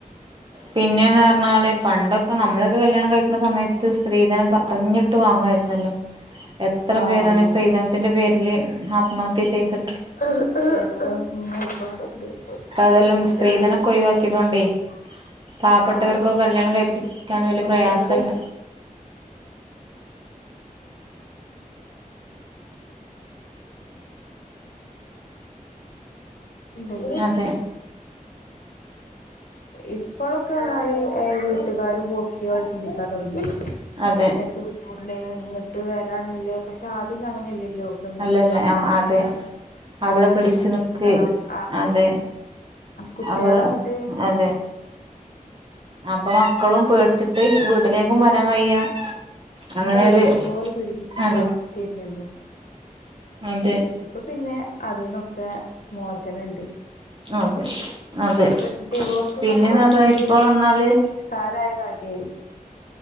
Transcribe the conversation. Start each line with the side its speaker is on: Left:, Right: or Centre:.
Right: പിന്നെന്ന് പറഞ്ഞാല് പണ്ട് നമ്മളൊക്കെ കല്യാണം കഴിക്കുന്ന സമയത്ത് സ്ത്രീധനം പറഞ്ഞിട്ട് വാങ്ങുമായിരുന്നല്ലോ. എത്ര
Left: ആഹ്
Right: പേരാണ് സ്ത്രീധനത്തിന്റെ പേരില് ഹാത്മഹത്യ ചെയ്തെ
Left: ആഹ് ആഹ് ആഹ് ഒരുപാടുണ്ട്
Right: ഇപ്പ അതെല്ലാം
Left: പെൺകുട്ടി
Right: സ്ത്രീധനൊക്കെ
Left: ത്താ ഇങ്ങനെ
Right: ഒഴിവാക്കിയതോണ്ടേ പാവപ്പെട്ടവർക്കൊക്കെ
Left: ആ
Right: കല്യാണം കഴിപ്പിക്കാൻ വലിയ
Left: പെൺകുട്ടിയൾക്ക്
Right: പ്രയാസല്ല
Left: ഉണ്ടല്ലേ
Right: അതെ
Left: ഇപ്പോലൊകെ റഞ്ഞാല് വീട്ടുകാരും പോസിറ്റീവായിട്ട് ചിന്തിക്കാൻ തുടങ്ങി
Right: അതെ
Left: ഇപ്പെന്ത് ബുദ്ധിമുട്ടുണ്ടെങ്കിലും ഇങ്ങോട്ട് വരാന്നില്ലേ പക്ഷെ ആദ്യം അങ്ങനെയല്ലല്ലോ പെൺകുട്ടികളാവുമ്പോ
Right: അല്ലല്ല ആ
Left: അങ്ങനെയാണ്
Right: അതെ അവിടെ
Left: അടങ്ങി
Right: പിടിച്ചു
Left: ഒതുങ്ങി ജീവിക്കണം
Right: നിക്ക്
Left: ആ,
Right: അതെ
Left: കുട്ടികളെ
Right: അവർ
Left: അങ്ങോട്ട്
Right: അതെ അപ്പൊ മക്കളും പേടിച്ചിട്ട് വീട്ടിലേക്കും വരാൻ വയ്യ അങ്ങനെരു
Left: <unintelligible> പോല പീടിപ്പിക്കുന്ന
Right: അതെ
Left: ഇതവസ്ഥ അല്ലല്ലോ
Right: അതെ
Left: ഇപ്പ പിന്നെ അതിന്നൊക്കെ മോചനുണ്ട്
Right: അതെ അതെ
Left: ഇപ്പ ഡിവോഴ്സ്
Right: പിന്നെന്ന്
Left: എന്നൊക്കെ പറയുന്നൊരു
Right: പറഞ്ഞാ ഇപ്പ പറഞ്ഞാല്
Left: നിസ്സാര ആയ കാര്യായി